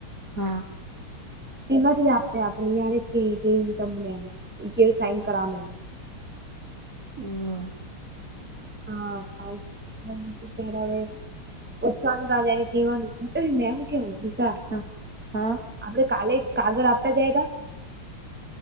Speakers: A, on the right (about 45°); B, in the centre.
A: હા.
B: કમ આપે આપણી ય કે કે તમને એમ કેવી સાઈન કરવાનું એમ.
A: હમમ
B: હા ત્યારે હવે.? ઓછછ ત જાને કેવા મેમું કેમું વિશા.?
A: હા હા.
B: આપડે કાલે કાગળ આપતા જાય તો?